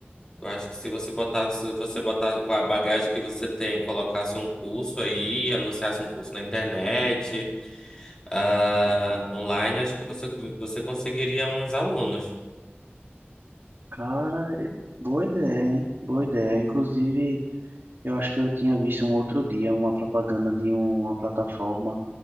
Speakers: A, on the left; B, on the right.
A: Eu acho que se você botasse, se você botasse com a bagagem que você tem, colocasse um curso aí, anunciasse um curso na internet, ah, online, acho que você, você conseguiria uns alunos
B: Cara, eh, boa ideia, hein? Boa ideia. Inclusive, eu acho que eu tinha visto um outro dia uma propaganda de uma plataforma